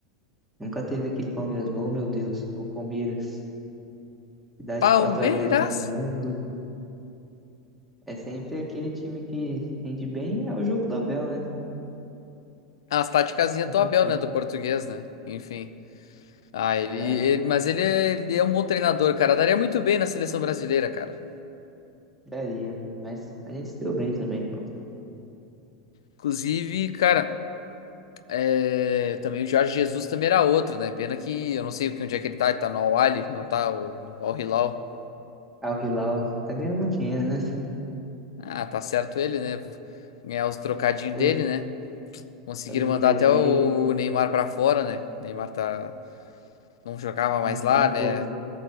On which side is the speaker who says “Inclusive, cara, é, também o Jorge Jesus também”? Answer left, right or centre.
Left